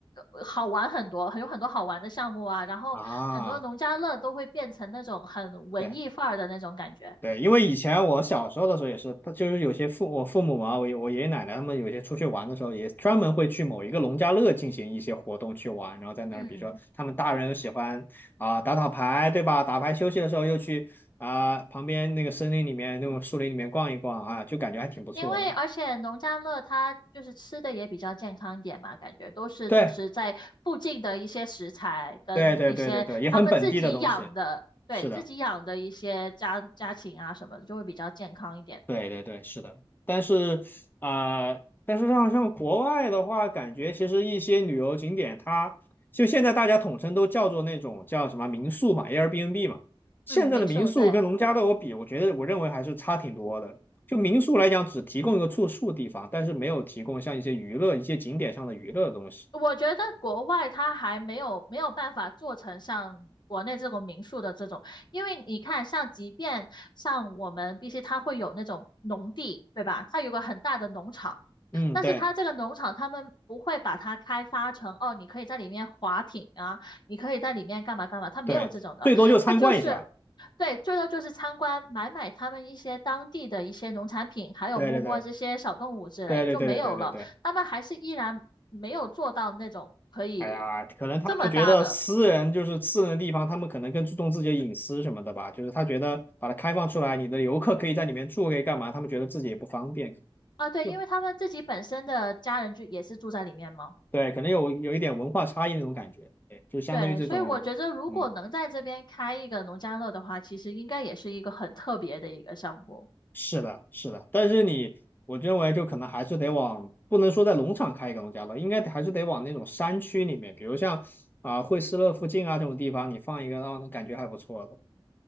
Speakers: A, on the left; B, on the left.
A: 呃好玩很多，有很多好玩的项目啊，然后很多农家乐都会变成那种很文艺范儿的那种感觉。
B: 啊。对对，因为以前我小时候的时候也是，他就是有些父我父母嘛，我我爷爷奶奶他们有些出去玩的时候，也专门会去某一个农家乐进行一些活动去玩，然后在那儿，
A: 嗯
B: 比如说他们大人又喜欢啊、打打牌，对吧？打牌休息的时候又去啊、旁边那个森林里面那种树林里面逛一逛啊，就感觉还挺不错的。
A: 因为而且农家乐它就是吃的也比较健康一点嘛，感觉都是就是在附近的一些食材跟一些他们自己养的，
B: 对，对对对对对，也很本地的东西。
A: 对，
B: 是的，
A: 自己养的一些家家禽啊什么的，就会比较健康一点。
B: 对对对，是的。但是啊、呃但是像像国外的话，感觉其实一些旅游景点它，就现在大家统称都叫做那种叫什么民宿嘛，Airbnb 嘛。现在的民宿跟农家乐我比，
A: 嗯，民宿，对，
B: 我觉得我认为还是差挺多的。就民宿来讲，只提供一个住宿地方，但是没有提供像一些娱乐、一些景点上的娱乐的东西。
A: 我觉得国外它还没有没有办法做成像国内这种民宿的这种，因为你看，像即便像我们必须它会有那种农地，对吧？它有个很大的农场。
B: 嗯，
A: 但是它这个农场，
B: 对
A: 他们不会把它开发成哦，你可以在里面划艇啊，你可以在里面干嘛干嘛，它没有这种的，
B: 对，最多就参观一下。
A: 它就是对，最多就是参观买买他们一些当地的一些农产品，还有摸摸这些小动物之类就没有了。
B: 对对对对对对对对对对。
A: 他们还是依然没有做到那种可以
B: 哎呀，可能他们觉得私人就是私人的地方，
A: 这么大的
B: 他们可能更注重自己的隐私什么的吧。就是他觉得把它开放出来，你的游客可以在里面住，可以干嘛？他们觉得自己也不方便，
A: 啊，对，
B: 就
A: 因为他们自己本身的家人就也是住在里面嘛。
B: 对，可能有有一点文化差异那种感觉。对，就相当于这种，
A: 对，所以我觉得如果能在这边开一个农家乐的话，
B: 嗯，
A: 其实应该也是一个很特别的一个项目。
B: 是的，是的。但是你，我认为就可能还是得往，不能说在农场开一个农家乐，应该还是得往那种山区里面，比如像啊、惠斯勒附近啊这种地方，你放一个，让人感觉还不错的。